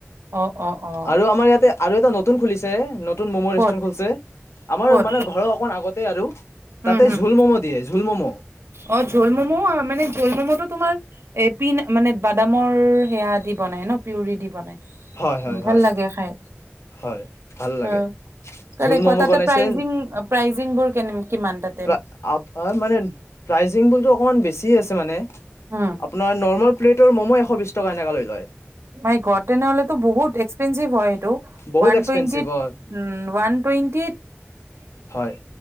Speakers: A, on the right (about 70°); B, on the left (about 75°).
A: অ অ', অ'।
B: আৰু আমাৰ ইয়াতে আৰু এটা নতুন খুলিছে নত নতুন ম'ম ৰেষ্টুৰেণ্ট
A: ক'ত
B: খুলছে, আমাৰ
A: ক'ত
B: মানে ঘৰৰ অকণ আগতে আৰু। তাতে
A: উম হম
B: জোল ম'ম দিয়ে জোল ম'ম।
A: অ', জোল ম'ম মানে জোল ম'মটো তোমাৰ এপিন মানে বাদামৰ সেয়া দি বনাই ন পিয়ৰি দি বনাই।
B: হয় হয়
A: ভাল
B: হয়
A: লাগে খাই,
B: হয় ভাল লাগে
A: অ', কলে
B: জোল ম'ম'
A: ক তাতে
B: বনাইছে
A: প্ৰাইজিং প্ৰাইজিংবোৰ কেনেম কিমান তাত।
B: ত্যা আও অ', মানে প্ৰাইজিংবোৰটো অকমান বেছি আছে মানে
A: উম
B: আপোনাৰ নৰ্মাল প্লেটৰ ম'ম' এশবিছটকা এনেকে লয়।
A: মাই গঢড তেনেহ'লেতে বহুত এক্সপেঞ্চিভ হয়। তে
B: বহুত
A: ওৱানটৱেণ্টিত,
B: এক্সপেঞ্চিভ হয়
A: উম ওৱানটৱেণ্টিত
B: হয়,